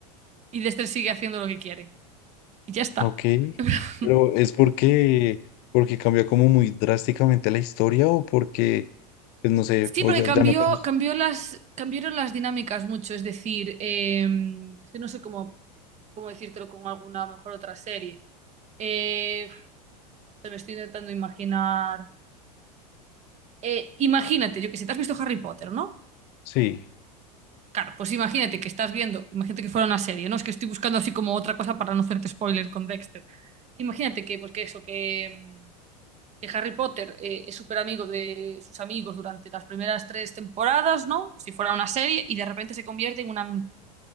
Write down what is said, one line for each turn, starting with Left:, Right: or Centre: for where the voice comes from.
Right: Y Lester sigue haciendo lo que quiere. Y ya está.
Left: ¿ok?
Right: <laughs>
Left: Pero es porque, porque cambia como muy drásticamente la historia o porque, pues no sé,
Right: Sí,
Left: o
Right: porque
Left: ya,
Right: cambió,
Left: ya no te gusta.
Right: cambió las, cambiaron las dinámicas mucho. Es decir, eh, es que no sé cómo, cómo decírtelo con alguna mejor otra serie. Eh, no sé, me estoy intentando imaginar. Eh, imagínate, yo que sé, te has visto Harry Potter, ¿no?
Left: Sí,
Right: Claro, pues imagínate que estás viendo, imagínate que fuera una serie, ¿no? Es que estoy buscando así como otra cosa para no hacerte spoiler con Dexter. Imagínate que, pues que eso, que. em, que Harry Potter eh, es súper amigo de sus amigos durante las primeras tres temporadas, ¿no? Si fuera una serie, y de repente se convierte en una m-